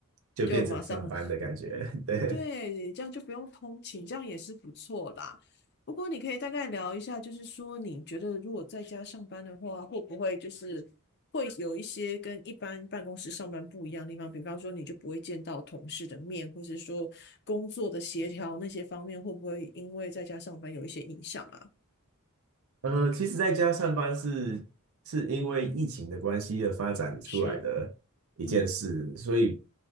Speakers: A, on the right; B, on the left.
A: 就变成上班的感觉。
B: 就马上
A: <laughs> 对，
B: 对，这样就不用通勤，这样也是不错啦。不过你可以大概聊一下，就是说你觉得如果在家上班的话，会不会就是会有一些跟一般办公室上班不一样的地方？比方说，你就不会见到同事的面，或是说工作的协调那些方面，会不会因为在家上班有一些影响啊？
A: 呃，其实在家上班是是因为疫情的关系而发展出来的一件事，
B: 是，嗯，
A: 所以